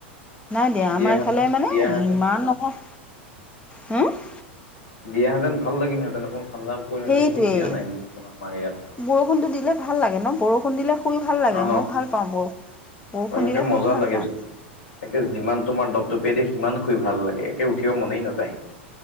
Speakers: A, on the left; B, on the left.
A: নাই দিয়া,
B: দিয়াহেঁতেন
A: আমাৰ এইফালে মানে
B: দিয়াহেঁতেন
A: ইমান নহয় হুম,
B: দিয়া হেঁতেন ভাল লাগিল হেঁতেন অকণ ঠাণ্ডা পৰিল হেঁতেন
A: সেইটোৱেই
B: কিন্তু দিয়া নাই অকণ আমাৰ ইয়াত।
A: বৰষুণটো দিলে ভাল লাগে ন' বৰষুণ দিলে শুই ভাল লাগে
B: অ
A: ম'ও ভাল পাওঁ বৰষ বৰষুণ
B: এনেকে
A: দিলে
B: মজা
A: শুই ভাল
B: লাগে
A: পাওঁ।
B: একে যিমান তোমাৰ দপদপিয়াকে দিয়ে, সিমান শুই ভাল লাগে। একে উঠিব মনেই নাযায়।